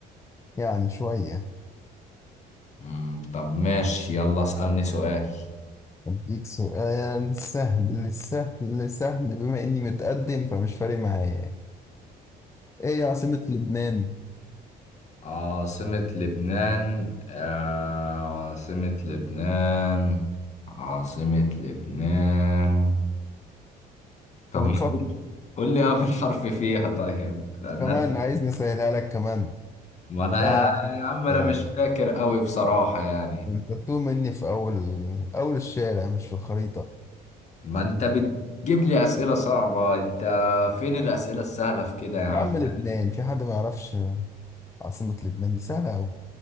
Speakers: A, on the left (about 15°); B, on the left (about 40°).
A: يعني شوية
B: مم، طب ماشي يلا اسألني سؤال
A: أديك سؤال سهل سهل سهل بما إني متقدم فمش فارق معايا إيه يا عاصمة لبنان؟
B: عاصمة لبنان آه عاصمة لبنان عاصمة لبنان طب
A: أنت
B: ما
A: بتفكر
B: قول لي أول <laughs> حرف فيها طيب لأن
A: كمان
B: أنا
A: عايزني أسهلها لك كمان
B: ما أنا
A: لا
B: يا
A: يا عم
B: يا عم أنا
A: ده-
B: مش
A: ده
B: فاكر أوي بصراحة يعني
A: أنت بتوه مني في أول أول الشارع مش في الخريطة
B: ما أنت بتجيب لي أسئلة صعبة أنت فين الأسئلة السهلة في كده يا عم
A: يا عم لبنان
B: يعني
A: في حد ما يعرفش عاصمة لبنان دي سهلة أوي